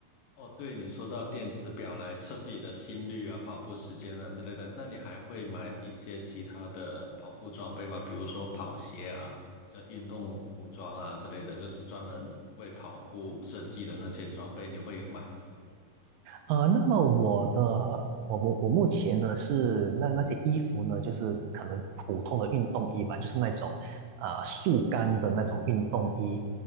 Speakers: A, on the left; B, on the right.
A: 哦，对，你说到电子表来测自己的心率啊、跑步时间啊之类的，那你还会买一些其他的跑步装备吗？比如说跑鞋啊、这运动服装啊之类的，就是专门为跑步设计的那些装备，你会买吗？
B: 呃，那么我的我我我目前呢是那那些衣服呢，就是可能普通的运动衣吧，就是那种呃速干的那种运动衣。